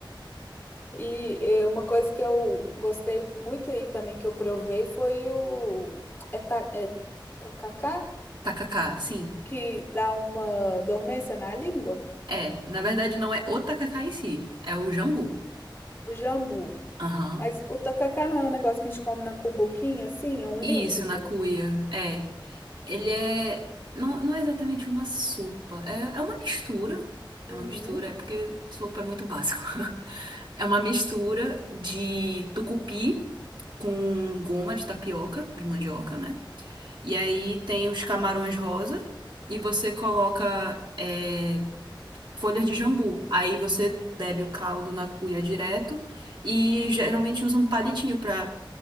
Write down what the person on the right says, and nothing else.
Tacacá, sim.
É, na verdade não é o tacacá em si, é o jambu.
Aham.
Isso, na cuia. É. Ele é. Não, não é exatamente uma sopa, é, é uma mistura. É
uma mistura, é porque sopa é muito básico. <laughs> É uma mistura de tucupi com goma de tapioca, de mandioca, né? E aí tem os camarões rosa e você coloca é, folhas de jambu. Aí você bebe o caldo na cuia direto e geralmente usa um palitinho para